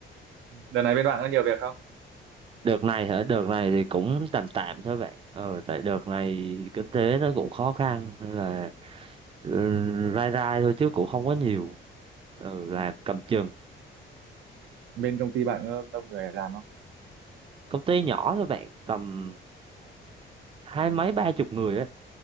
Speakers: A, on the right (about 80°); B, on the right (about 25°).
A: đợt này bên bạn có nhiều việc không
B: đợt này hả đợt này thì cũng tạm tạm thôi bạn ờ tại đợt này kinh tế nó cũng khó khăn nên là ừ, rai rai thôi chứ cũng không có nhiều ờ là cầm chừng
A: bên công ty bạn có đông người làm không
B: công ty nhỏ thôi bạn tầm hai mấy ba chục người ấy